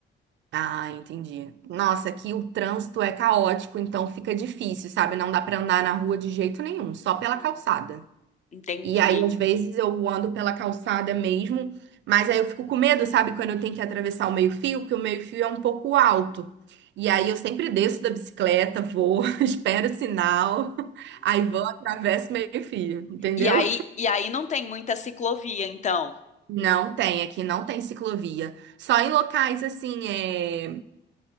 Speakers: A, on the right (about 65°); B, on the left (about 35°).
A: Ah, entendi. Nossa, aqui o trânsito é caótico, então fica difícil, sabe? Não dá pra andar na rua de jeito nenhum, só pela
B: Hum,
A: calçada.
B: Entendi.
A: E aí, às vezes, eu ando pela calçada mesmo, mas aí eu fico com medo, sabe, quando eu tenho que atravessar o meio-fio, porque o meio-fio é um pouco alto. E aí eu sempre desço da bicicleta, vou, <laughs> espero o sinal, <laughs> aí vou, atravesso o meio-fio, entendeu?
B: E aí, e aí não tem muita ciclovia, então.
A: Não tem, aqui não tem ciclovia. Só em locais assim, é,